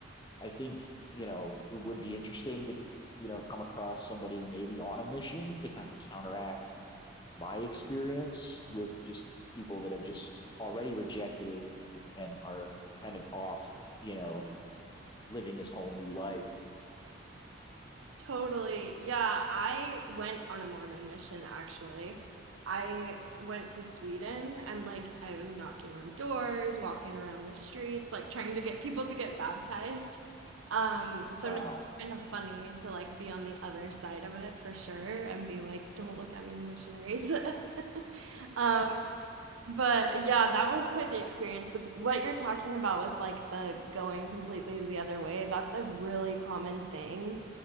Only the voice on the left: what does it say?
I think you know it would be interesting to you know come across somebody maybe on a mission to kind of counteract my experience with just people that have just already rejected it and are kind of off, you know, living this whole new life.
Wow,